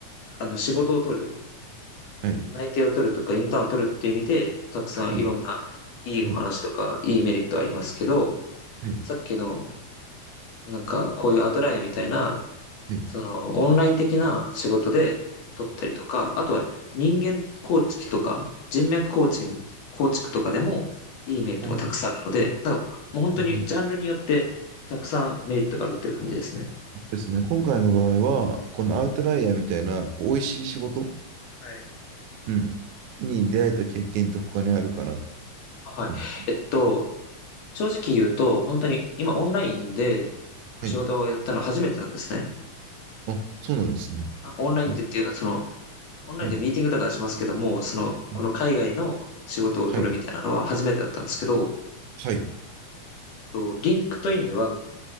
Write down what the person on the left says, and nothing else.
あの、仕事を取る、
内定を取るとか、インターンを取るっていう意味で、たくさんいろんな、
いいお話とか、
いいメリットありますけど、
さっきの、なんか、こういうアウトライヤーみたいな、
その、オンライン的な仕事で取ったりとか、あとは人間構築とか、人脈コーチング、構築とかでも、いいメリットもたくさんあるので、
なんか、もう本当にジャンルによって、
たくさんメリットがあるっていう感じですね。
はい。
はい。
はい。
えっと、正直言うと、本当に今オンラインで仕事をやったのは初めてなんですね。
あ、オンラインでっていうのはその
オンラインでミーティングとかしますけども、
その、
この海外の仕事を取るみたいなのは初めてだったんですけど、
とリンクトインにはも